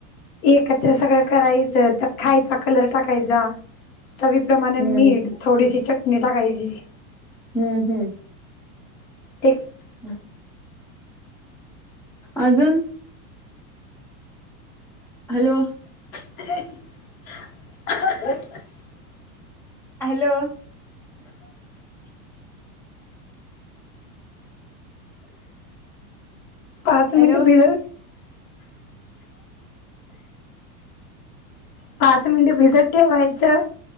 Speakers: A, on the left (about 65°); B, in the centre.
A: एकत्र सगळं करायचं त्यात खायचा कलर टाकायचा. चवीप्रमाणे
B: हम्म
A: मीठ थोडीशी चटणी टाकायची.
B: हम्म हम्म.
A: ते
B: हम. अजून. हॅलो
A: <unintelligible>
B: हॅलो <unintelligible>
A: पाच
B: हॅलो.
A: मनिट प पाच मिनट भिजत ठेवायचं